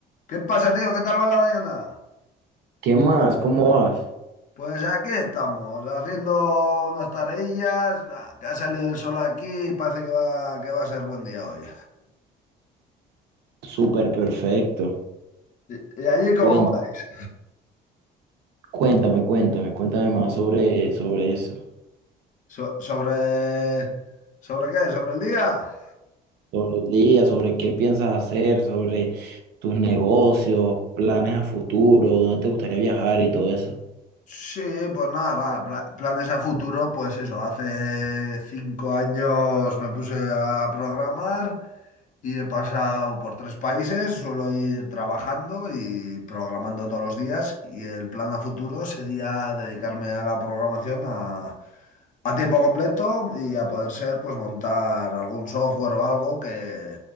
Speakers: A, on the left; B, on the right.
A: ¿Qué pasa, tío? ¿Qué tal va la mañana?
B: ¿Qué más? ¿Cómo vas?
A: Pues aquí estamos, haciendo unas tareillas. Ah, Que ha salido el sol aquí y parece que va, que va a ser buen día hoy.
B: Súper perfecto.
A: ¿Y, y allí cómo
B: Cuen-
A: vais?
B: Cuéntame, cuéntame, cuéntame más sobre, sobre eso,
A: So- ¿sobre, sobre qué? ¿Sobre el día?
B: sobre el día, sobre qué piensas hacer, sobre tus negocios, planes a futuro, dónde te gustaría viajar y todo eso.
A: Sí, pues nada, va, pla- planes a futuro, pues eso, hace cinco años me puse a programar Y he pasado por tres países, suelo ir trabajando y programando todos los días y el plan a futuro sería dedicarme a la programación a, a tiempo completo y a poder ser, pues montar algún software o algo que,